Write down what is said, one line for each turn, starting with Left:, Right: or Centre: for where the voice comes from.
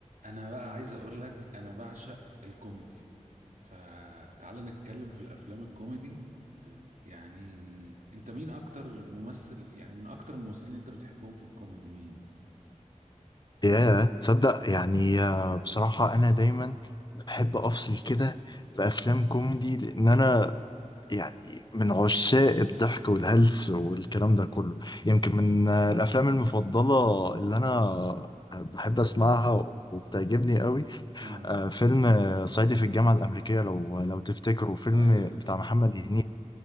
Right: انا بقى عايز اقول لك انا بعشق الكوميدي فتعال نتكلم في الافلام الكوميدي يعني انت مين اكتر ممثل يعني من اكتر الممثلين انت بتحبهم في الكوميدي مين
Left: ياه تصدق يعني آه، بصراحة أنا دايما بحب أفصل كده بأفلام كوميدي لأن أنا يعني من عشاق الضحك والهلس والكلام ده كله يمكن من آه، الأفلام المفضلة اللي أنا بحب أسمعها وبتعجبني قوي
Right: ها
Left: آه، فيلم آه، صعيدي في الجامعة الأمريكية لو لو تفتكروا فيلم
Right: ايوه
Left: بتاع محمد هنيدي